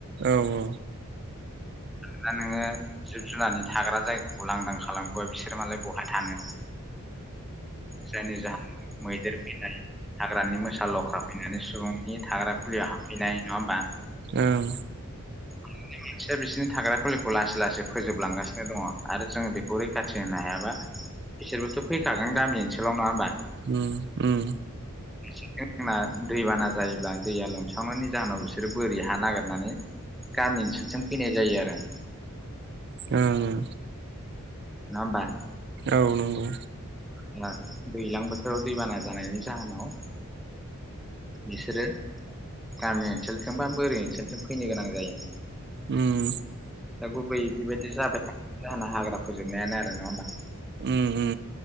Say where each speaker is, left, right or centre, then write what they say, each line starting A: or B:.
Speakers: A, on the right (about 50°); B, in the centre.
A: औ औ।
B: मानोना नोङो जिब जुनारनि थाग्रा जायगाखौ लांदां खालामोबा बिसोरो मालाय बहाय थानो? जायनि जाहोन मैदेर फैनाय। हाग्रानि मोसा लख्रा फैनानै सुबुंनि थाग्रा खुलियाव हाबफैनाय नङा होमबा?
A: ओं।
B: आंदिनै मिथिया बिसिरनि थाग्रा खुलिखौ लासै लासै फोजोबलांगासिनो दङ आरो जोङो बेखौ रैखाथि होनो हायाबा बिसोरबोथ' फैखागोन गामि ओनसोलाव नङा होमबा?
A: उम उम।
B: मिथिंगा जोंना दैबाना जायोब्ला दैया लोमसावनायनि जाहोनाव बिसोरो बोरि हा नागिरनानै गामि ओनसोलजों फैनाय जायो आरो।
A: ओयो।
B: नङा होमबा?
A: औ नंगौ।
B: ओयो दैज्लां बोथोराव दैबाना जानायनि जाहोनाव बिसोरो गामि ओनसोलजोंबा बोरि ओनसोलजों फैनो गोनां जायो।
A: उम।
B: गुबै बिदिबायदि जाबाय था जाहोना हाग्रा फोजोबनायानो ओरो नङा होमबा?
A: उम उम